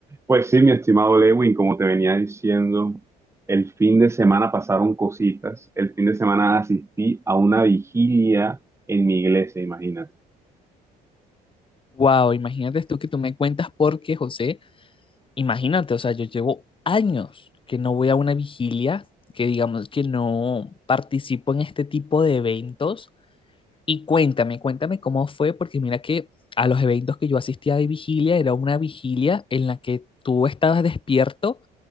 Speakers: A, on the right; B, on the left.
A: Pues sí, mi estimado Lewin, como te venía diciendo, el fin de semana pasaron cositas. El fin de semana asistí a una vigilia en mi iglesia, imagínate.
B: Wow, imagínate esto que tú me cuentas porque, José, imagínate, o sea, yo llevo años que no voy a una vigilia, que digamos que no participo en este tipo de eventos. Y cuéntame, cuéntame cómo fue, porque mira que a los eventos que yo asistía de vigilia era una vigilia en la que tú estabas despierto